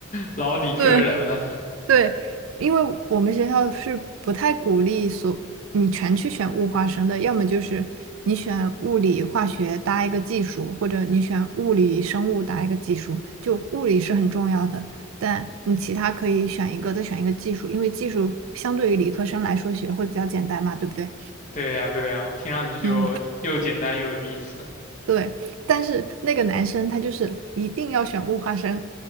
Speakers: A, on the left; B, on the right.
A: 老理科人了。
B: 对，对，因为我们学校是不太鼓励所你全去选物化生的，要么就是你选物理化学搭一个技术，或者你选物理生物搭一个技术。就物理是很重要的，但你其他可以选一个，再选一个技术，因为技术相对于理科生来说学会比较简单嘛，对不对？
A: 对呀，对呀，听上去就又简单又有意思。
B: 嗯，对，但是那个男生他就是一定要选物化生，